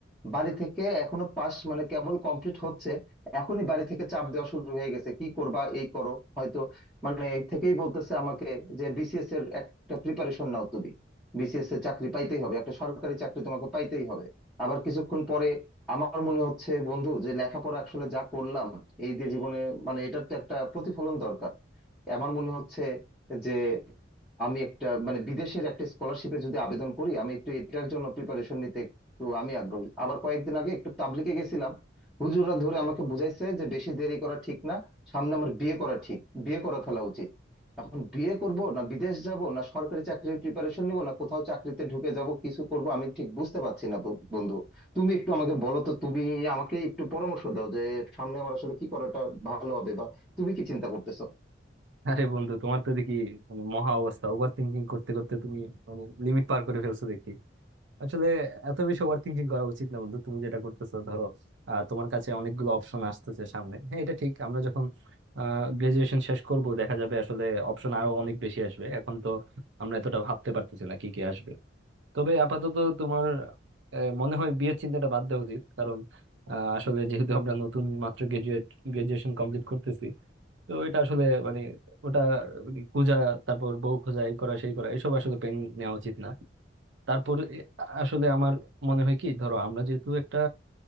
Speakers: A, in the centre; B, on the right (about 75°).
A: বাড়ি থেকে এখনো পাস মানে কেবল কমপ্লিট হচ্ছে এখনই বাড়ি থেকে চাপ দেওয়া শুরু হয়ে গেছে কি করবা এই করো হয়তো মানে থেকেই বলতেছে আমাকে যে বিসিএস এর একটা প্রিপারেশন নাও তুমি বিসিএস এর চাকরি পাইতেই হবে একটা সরকারি চাকরি তোমাকে পাইতেই হবে আবার কিছুক্ষণ পরে আমার মনে হচ্ছে বন্ধু যে লেখাপড়া আসলে যা করলাম এই দিয়ে জীবনে মানে এটার তো একটা প্রতিফলন দরকার আমার মনে হচ্ছে যে আমি একটা মানে বিদেশের একটা স্কলারশিপে যদি আবেদন করি আমি একটু এটার জন্য প্রিপারেশন নিতে একটু আমি আগ্রহী আবার কয়েকদিন আগে একটু তাবলিগে গেছিলাম হুজুররা ধরে আমাকে বুঝাইছে যে বেশি দেরি করা ঠিক না সামনে আমার বিয়ে করা ঠিক বিয়ে করা ফেলা উচিত এখন বিয়ে করব না বিদেশ যাব না সরকারি চাকরির প্রিপারেশন নিব না কোথাও চাকরিতে ঢুকে যাব কিছু করব আমি ঠিক বুঝতে পারছি না ব- বন্ধু তুমি একটু আমাকে বলো তো তুমি আমাকে একটু পরামর্শ দাও যে সামনে আমার আসলে কি করাটা ভালো হবে বা তুমি কি চিন্তা করতেছো
B: আরে বন্ধু তোমার তো দেখি মানে মহা অবস্থা ওভার থিঙ্কিং করতে করতে তুমি মানে লিমিট পার করে ফেলছো দেখি আসলে এত বেশি ওভার থিঙ্কিং করা উচিত না বন্ধু তুমি যেটা করতেছো ধরো আহ, তোমার কাছে অনেকগুলো অপশন আসতেছে সামনে হ্যাঁ এটা ঠিক আমরা যখন গ্রাজুয়েশন শেষ করব দেখা যাবে আসলে অপশন আরো অনেক বেশি আসবে এখন তো আমরা এতটা ভাবতে পারতেছি না কি কি আসবে তবে আপাতত তোমার আহ, মনে হয় বিয়ের চিন্তাটা বাদ দেওয়া উচিত কারণ আহ, আসলে যেহেতু আমরা নতুন মাত্র গ্রাজুয়েট গ্রাজুয়েশন কমপ্লিট করতেছি তো এটা আসলে মানে ওটা মানে খোঁজা তারপর বউ খোঁজা এই করা সেই করা এসব আসলে পেন নেওয়া উচিত না তারপর এ- আসলে আমার মনে হয় কি ধরো আমরা যেহেতু একটা